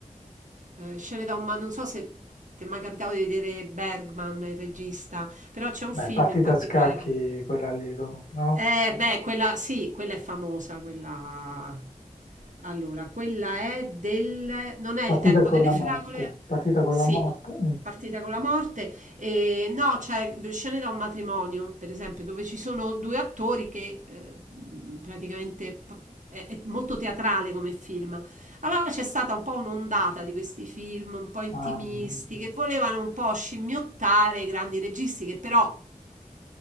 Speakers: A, on the right; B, on the left.
A: eh, scene da un... ma- non so se ti è mai capitato di vedere Bergman, il regista, però c'è un film
B: Beh, partita
A: in particolare.
B: a scacchi quella lì, co- no?
A: Eh, beh, quella sì, quella è famosa, quella... Allora, quella è del... Non è il
B: Partita
A: tempo
B: con
A: delle
B: la
A: fragole?
B: morte. Partita con
A: Sì,
B: la morte. mm.
A: partita con la morte. E, no, c'è scene da un matrimonio, per esempio, dove ci sono due attori che eh, mh, praticamente... p- È è molto teatrale come film, allora c'è stata un po' un'ondata di questi film un po' intimisti
B: Ah,
A: che volevano un po' scimmiottare i grandi registi che però